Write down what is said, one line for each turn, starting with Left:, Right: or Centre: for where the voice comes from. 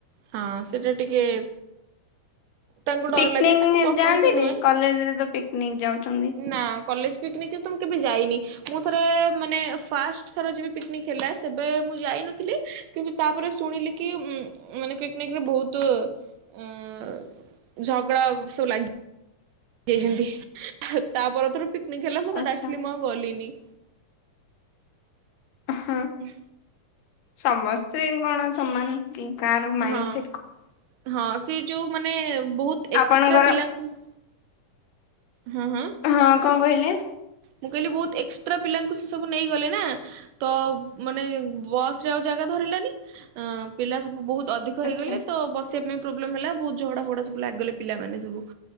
Right: ହଁ ସେଟା ଟିକେ ତାଙ୍କୁ ଡର
Left: ପିକନିକ
Right: ଲାଗେ ତାଙ୍କୁ ପସନ୍ଦ
Left: ଯାଆନ୍ତିନି
Right: ବି ନୁହେଁ
Left: କଲେଜରେ ତ ପିକନିକ ଯାଉଛନ୍ତି
Right: ନାଁ। କଲେଜ ପିକନିକ୍ ରେ ତ ମୁଁ କେବେ ଯାଇନି। ମୁଁ ଥରେ ମାନେ ଫାଷ୍ଟ ଥର ଯେବେ ପିକନିକ ହେଲା ସେବେ ମୁଁ ଯାଇନଥିଲି। କିନ୍ତୁ ତାପରେ ଶୁଣିଲି କି ଉଁ ମାନେ ପିକନିକରେ ଭୋଉତୁ ଅଁ ଝଗଡା ସବୁ ଲାଗି ଯାଇଚନ୍ତି ତା ପର ଥର ପିକନିକ ହେଲା ମତେ
Left: ଆଚ୍ଛା।
Right: ଡାକିଲେ ମୁଁ ଆଉ ଗଲିନି।
Left: ହଁ
Right: ଉଁ
Left: ସମସ୍ତେ କଣ ସମାନ କି କାହାର ମାଇଣ୍ଡ
Right: ହଁ
Left: ସେଟ୍ କ
Right: ହଁ ସେ ଯୋଉ ମାନେ ବୋହୁତ ଏକ୍ସଟ୍ରା
Left: ଆପଣଙ୍କର
Right: ପିଲାଙ୍କୁ ହଁ ହଁ।
Left: ହଁ କଁ କହିଲେ?
Right: ମୁଁ କହିଲି ବୋହୁତ ଏକ୍ସଟ୍ରା ପିଲାଙ୍କୁ ସେ ସବୁ ନେଇଗଲେ ନା। ତ ମାନେ ବସ୍ ରେ ଆଉ ଜାଗା ଧରିଲାନି ଅଁ ପିଲା ସବୁ ବୋହୁ ଅଧିକ
Left: ଆଚ୍ଛା
Right: ହେଇଗଲେ ତ ବସିବା ପାଇଁ ପ୍ରୋବ୍ଲେମ ହେଲା ବୋହୁତ ଝଗଡ଼ା ଫଗଡା ସବୁ ଲାଗିଗଲେ ପିଲାମାନେ ସବୁ।